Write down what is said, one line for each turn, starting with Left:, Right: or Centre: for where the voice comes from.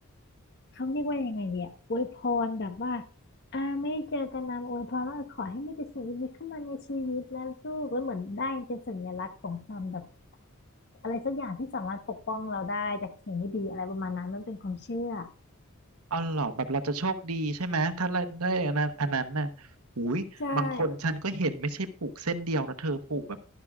Left: เขาเรียกว่ายังไงดีอะอวยพรแบบว่าอ่าไม่ได้เจอกันนานอวยพรว่าขอให้มีแต่สิ่งดีๆเข้ามาในชีวิตนะลูกแล้วเหมือนได้เป็นสัญลักษณ์ของความแบบ อะไรสักอย่างที่สามารถปกป้องเราได้จากสิ่งไม่ดีอะไรประมาณนั้นมันเป็นความเชื่อ
Right: อ๋อเหรอแบบเราจะโชคดีใช่ไหมถ้าได้อันนั้นอันนั้นน่ะอุ้ยบางคนฉันก็เห็นไม่ใช่ผูกเส้นเดียวนะเธอผูกแบบ
Left: ใช่